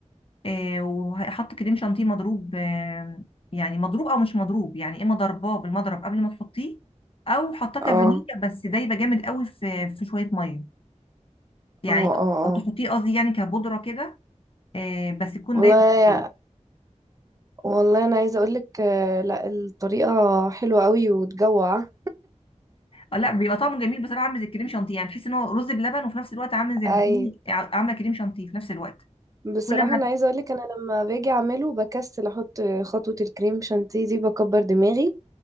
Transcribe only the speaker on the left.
آه وحاطة كريم شانتيه مضروب آه يعني مضروب أو مش مضروب يعني إما ضرباه بالمضرب قبل ما تحطيه أو حاطاه كفانيليا
بس دايبة جامد قوي في في شوية مية يعني
او
تحطيه قصدي يعني كبودره كده آه، بس يكون
دايما
فيه
آه، لا بيبقى طعمه جميل بصراحه عامل زي الكريم شانتيه يعني تحس ان هو رز بلبن وفي نفس الوقت عامل زي ما
تكوني ع- عامله كريم شانتيه في نفس الوقت
كل ما